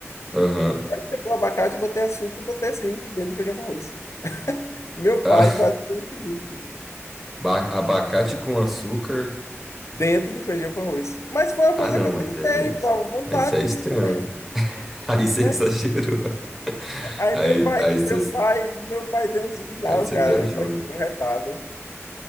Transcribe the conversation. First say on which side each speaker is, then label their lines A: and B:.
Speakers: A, in the centre; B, on the left (about 75°).
A: aham.
B: Eu peguei o abacate, botei açúcar e botei assim, dentro do feijão com arroz. Meu
A: Ah,
B: pai quase deu um chilique.
A: <laughs> ba- abacate com açúcar.
B: dentro do feijão com arroz. Mas foi uma
A: Ah,
B: coisa
A: não,
B: que eu
A: mas
B: tentei,
A: aí é,
B: tava com vontade
A: aí isso é estranho.
B: de comer,
A: <laughs> Aí você
B: né?
A: exagerou. <laughs>
B: Aí
A: Aí,
B: meu pai,
A: aí
B: meu
A: você,
B: pai, meu pai deu um sinal,
A: aí você
B: cara.
A: viajou,
B: Meu pai
A: hein?
B: ficou retado.